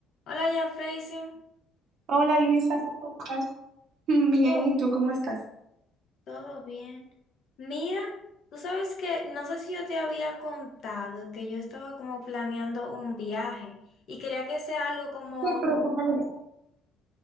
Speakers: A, on the left; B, on the right.
A: Hola, ya Freisen.
B: Hola Luisa, ¿cómo estás? Mm, Bien,
A: Todo
B: ¿y
A: bien,
B: tú cómo estás?
A: todo bien. Mira, tú sabes que no sé si yo te había contado que yo estaba como planeando un viaje y quería que sea algo como
B: Sí, pero tú me dijiste